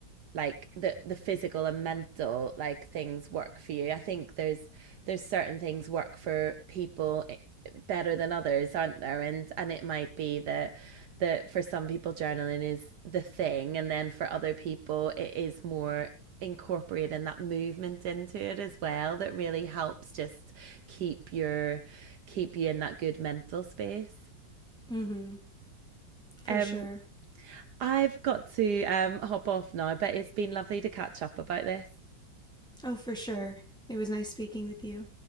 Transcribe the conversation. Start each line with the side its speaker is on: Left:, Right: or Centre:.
Right: like the the physical and mental like things work for you. I think there's there's certain things work for people eh, better than others, aren't there? And and it might be that that for some people journaling is the thing, and then for other people it is more incorporating that movement into it as well that really helps just keep your keep you in that good mental space.
Centre: hmm For
Right: Um
Centre: sure.
Right: I've got to um hop off now, but it's been lovely to catch up about this.
Centre: Oh, for sure. It was nice speaking with you.